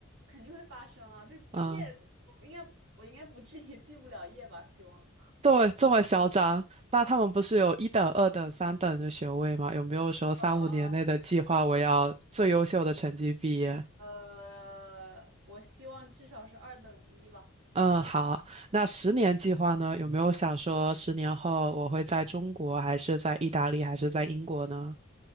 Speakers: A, on the right (about 70°); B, on the right (about 30°).
A: 肯定会发生啊，就是毕业的，
B: 嗯。
A: 我应该我应该不至于毕不了业吧？希望。
B: 对，这么嚣张？那他们不是有一等、二等、三等的学位吗？有没有说三五年内的计划，
A: 啊哦
B: 我要最优秀的成绩毕业？
A: 哦，呃，我希望至少是二等一吧。
B: 嗯，好。那十年计划呢？有没有想说十年后我会在中国，还是在意大利，还是在英国呢？